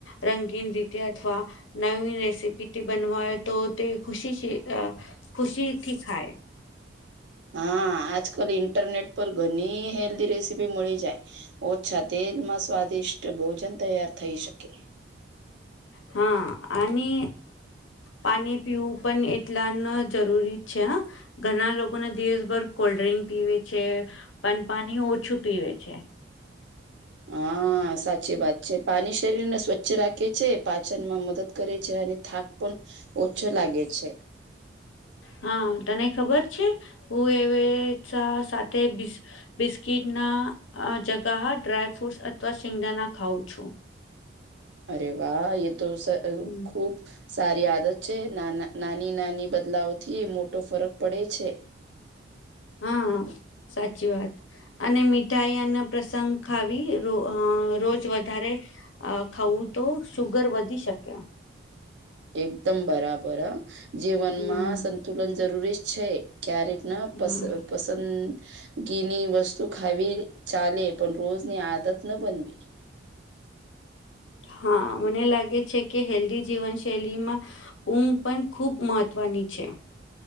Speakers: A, on the left; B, on the right.
A: રંગીન રીતે અથવા નવી રેસીપીથી બનવાય તો તે ખુશી ખુશીથી ખાય.
B: હા આજકાલ ઇન્ટરનેટ પર ઘણી હેલ્ધી રેસીપી મળી જાય. ઓછા તેલમાં સ્વાદિષ્ટ ભોજન તૈયાર થઈ શકે.
A: હા અને પાણી પીવું પણ એટલાને જરૂરી છે હ. ઘણા લોકોને દિવસભર કોલ્ડ ડ્રિંક પીવે છે, બન પાાણી ઓછું પીવે છે.
B: હા. હા સાચી વાત છે પાણી શરીરને સ્વચ્છ રાખે છે પાચનમાં મદદ કરે છે અને થાક પણ ઓછો લાગે છે.
A: હા તને ખબર છે, હું એવે સાથે બિસ્કીિટ ના જગા હ ડ્રાય ફ્રૂટસ અથવા શિંગડાાના ખાવં છું.
B: અરે વાહ એ તો
A: હમ,
B: ખૂબ સારી આદત છે નાના નાની નાની બદલાવ થી મોટો ફરક પડે છે.
A: હા સાચી વાત. અને મીઠાઈ અને પ્રસંગ ખાવી રો રોજ વધારે અ ખઉું તો શુગર વધી શકે.
B: એકદમ બરાબર જીવનમાં
A: હમ
B: સંતુલન જરૂરી જ છે. ક્યારેક ના
A: હમ.
B: પ પસંદગીની વસ્તુ ખાવી ચાલે પણ રોજની આદત ન બનવી.
A: હા મને લાગે છે કે હેલ્ધી જીવનશૈલીમાં ઊંઘ પણ ખૂબ મહત્વની છે.